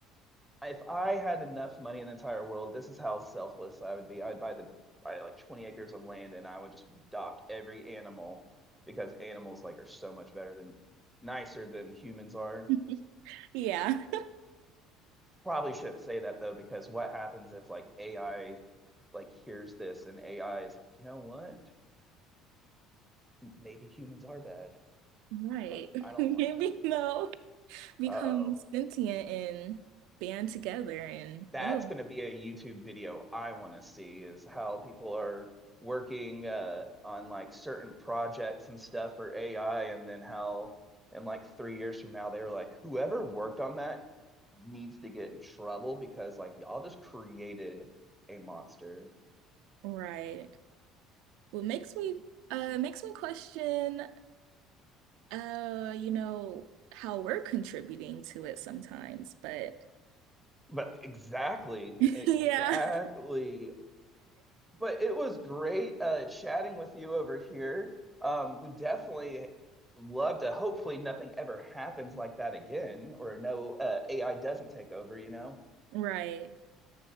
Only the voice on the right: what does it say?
<laughs> Yeah.
Right.
<laughs>
Maybe
they'll become
sentient and band together and
oh.
Right. Well, makes me uh makes me question uh you know how we're contributing to it sometimes, but
<laughs>
yeah.
Right.